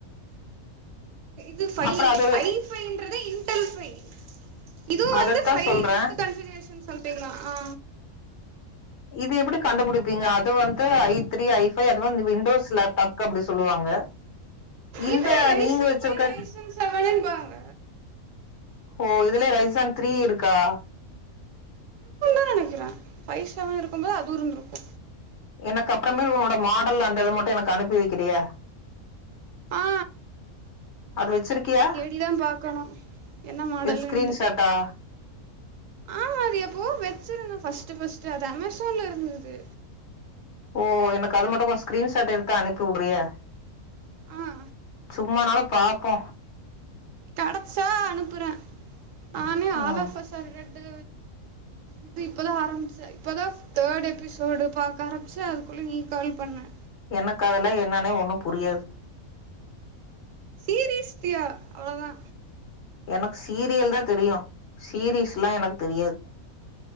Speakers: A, on the right; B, on the left.
A: து ஃபை
B: அப்புறம் அது
A: ஐ ஃபைன்றது இன்டல் ஃபை இதுவு
B: அதைத்தான்
A: வந்து ஃபை
B: சொல்றேன்
A: பிஃப்த்து கண்ஞ்சிகிரேஷன் சம்திங்தா ஆ
B: இது எப்பிடி கண்டுபிடிப்பீங்க அது வந்து ஐ த்ரீ ஐ ஃபை அது வந்து விண்டோஸ் லேப்டாப்கு அப்பிடி சொல்லுவாங்க இந்த
A: இது ரைஸ்சன்
B: நீங்க வச்சிருக்க
A: ஃபை ரைஸ் செவன்பாங்க
B: ஓ இதலே ரைசான் த்ரீ இருக்கா
A: த்தா நெனைக்கறே ஃபை செவன் இருக்கும்போது அதுவு இருந்துருக்கு
B: எனக்கு அப்புறமே உன்னோட மாடல் அந்த இத மட்டு எனக்கு அனுப்பிவக்கிறியா
A: ஆ
B: அது வச்சிருக் கியா
A: தேடிதா பாக்கணு என்ன மாடலுன்ட்டு
B: ஏ ஸ்கிரீன்ஷாட்டா
A: ஆமா அது எப்பவோ வச்சிருந்தே ஃபஸ்ட்டு ஃபஸ்ட்டு அது அமேசான்ல இருந்தது
B: ஓ எனக்கு அது மட்டும் கொஞ்ச ஸ்கிரீ ஷாட் எடுத்து அனுப்பி விடுறியா
A: ஆ
B: சும்மா நாலும் பாப்போ
A: கடைச்சா அனுப்புறே நானே
B: ம்
A: ஆலாஃபசா இருக்குறது இது இப்பதா ஆரம்பிச்சே இப்போதா தேர்ட் எபிசோடு பாக்க ஆரம்பமிச்செ அதுக்குள்ளே நீ கால் பண்ண
B: எனக்கு அதல்ல என்னன்னே ஒண்ணும் புரியாது
A: சீரிஸ்டியா அவ்ளோதா
B: எனக்கு சீரியல் தா தெரியும் சீரீஸ்ல்லா எனக்கு தெரியாது